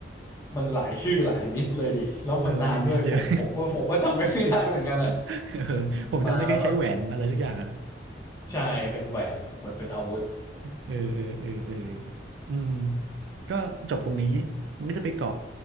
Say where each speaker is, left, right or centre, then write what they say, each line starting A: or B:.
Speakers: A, on the left; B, on the right.
A: มันหลายชื่อหลายมิสเลยดิ แล้วมันนานด้วยผมผมก็ผมก็จำไม่ได้เหมือนกันอะ
B: เออมันมีมิสเยอะ <laughs> เออผมจำได้แค่ใช้แหวนอะไรสักอย่างอะนะ
A: มาแล้วแบบ ใช่ เป็นแหวน เหมือนเป็นอาวุธ
B: เออเออเออเอออืม ก็จบตรงนี้ มันก็จะไปเกาะ